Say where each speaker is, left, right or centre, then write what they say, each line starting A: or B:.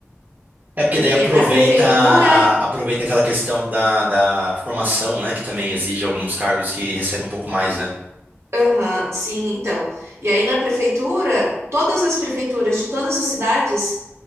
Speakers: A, on the right; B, on the right.
A: É porque
B: porque
A: daí aproveita,
B: na prefeitura.
A: a- aproveita aquela questão da, da formação, né? Que também exige alguns cargos que recebem um pouco mais, né?
B: Aham, sim, então. E aí na prefeitura, todas as prefeituras de todas as cidades